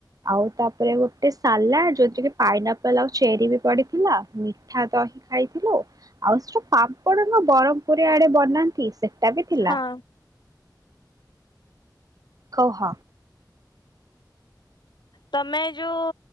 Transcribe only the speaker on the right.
ଆଉ ତାପରେ ଗୋଟେ ସାଲାଡ ଯୋଉଥିରେ କି ପାଇନାପଲ୍ ଆଉ ଚେରି ବି ପଡିଥିଲା ମିଠା ଦହି ଖାଇଥିଲୁ। ଆଉ ସେ ପାମ୍ପଡ ନା ବରହମପୁରୀ ଆଡେ ବନାନ୍ତି ସେ। ଟା ବି ଥିଲା।
କହ।